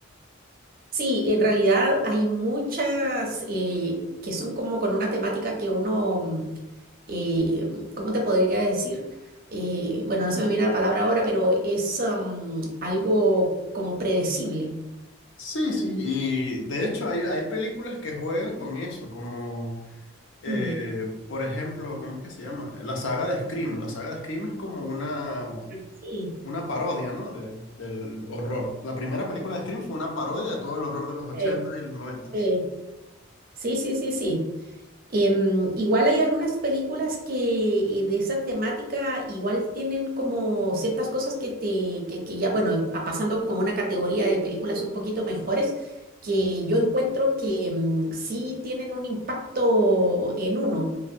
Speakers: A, on the right (about 45°); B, on the left (about 65°).
A: Sí, en realidad hay muchas eh, que son como con una temática que uno, mm, eh, ¿cómo te podría decir? Eh, bueno, no se me viene la palabra ahora, pero es am, algo como predecible.
B: Sí, sí, y de hecho hay, hay películas que juegan con eso, como eh,
A: Mm,
B: por ejemplo, ¿cómo es que se llama? La saga de Scream. La saga de Scream es como una,
A: Sí,
B: una parodia, ¿no? De- del horror. La primera película de Scream fue una parodia de todo el horror de los 80
A: eh,
B: y los 90.
A: eh, Sí, sí, sí, sí. Em, igual hay algunas películas que eh, de esa temática igual tienen como ciertas cosas que te, que, que ya, bueno, a- pasando como una categoría de películas un poquito mejores, que yo encuentro que mm, sí tienen un impacto en uno.